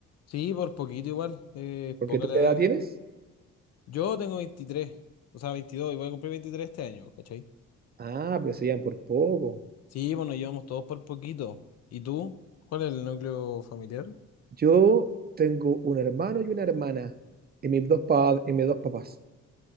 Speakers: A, on the left; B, on the right.
A: Sí, por poquito igual. Eh,
B: Porque
A: poca
B: tú
A: la
B: qué
A: edad
B: edad tienes?
A: que... Yo tengo veintitrés o sea, 22 y voy a cumplir 23 este año, ¿cachai?
B: Ah, pero se llevan por poco.
A: Sí, bueno, llevamos todos por poquito. ¿Y tú? ¿Cuál es el núcleo familiar?
B: Yo tengo un hermano y una hermana y mis dos, pa- y mis dos papás.